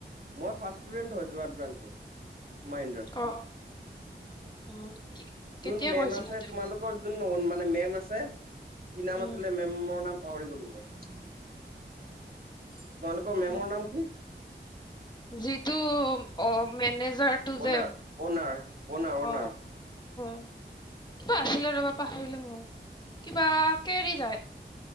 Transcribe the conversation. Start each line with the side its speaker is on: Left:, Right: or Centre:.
Right: মই ফাৰ্ষ্ট ষ্টোডেণ্ট হয় যোৰহাট ব্ৰাঞ্চৰ মাহেন্দ্ৰাছৰ।
Left: অ উম, কি- কেতিয়া
Right: যোন মেম
Left: কৈছিলা
Right: আছে
Left: তুমি?
Right: তোমালোকৰ যোন মানে মেম আছে কি নাম
Left: উম,
Right: আছিলে মেমৰ নাম। পাহৰি গলোঁ মই তোমালোকৰ মেমৰ
Left: উম।
Right: নাম কি?
Left: যিটো অ মেনেজ। টোযে
Right: অনাৰ অনাৰ অনাৰ অনাৰ
Left: অ হম। কিবা আছিলে ৰবা পাহৰিলো মোৰ কিবা কে এৰি যায়।